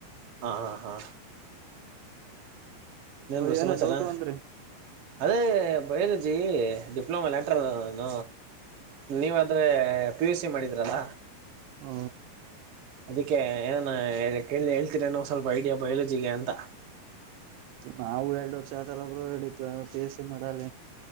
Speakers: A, on the right; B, on the right.
A: ಹಾಂ ಹಾಂ ಹಾಂ ನ ಸುಮಸಾರಾ
B: ಏನ ಡೌಟು ಅಂದ್ರಿ
A: ಅದೇ ಬಯ ಜಿ ಡಿಪ್ಲೋಮ ಲಲೆಕ್ಟರ್ಣ ನೀವಾದ್ರೆ ಪಿ ಯು ಸಿ ಮಾಡಿದ್ರಲ್ಲ
B: ಹ್ಮ
A: ಅದಿಕ್ಕೆ ಏನಾನ ಕೇಳ ಹೇಳ್ತರ ನೋ ಸ್ವಲ್ಪ ಐಡಿಯಾ ಬಯೋಲಜಿಗೆ ಅಂತ
B: ನಾವು ಎರಡು ವರ್ಷ ಆತರ ಒಬ್ರು ಹೇಳಿ ಪಿ ಎಸ್ ಸಿ ಮಾಡಾಲ